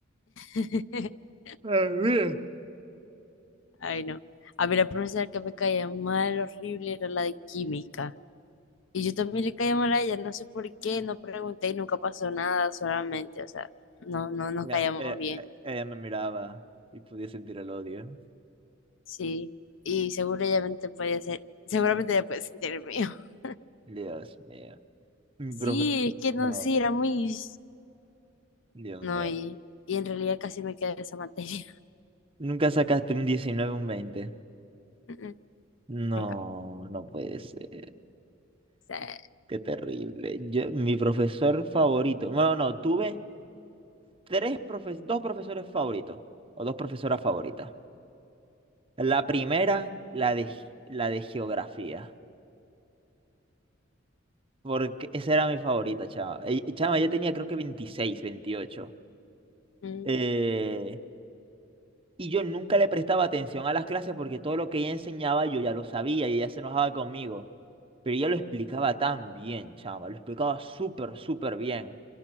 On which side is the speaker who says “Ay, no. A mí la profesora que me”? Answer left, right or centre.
Left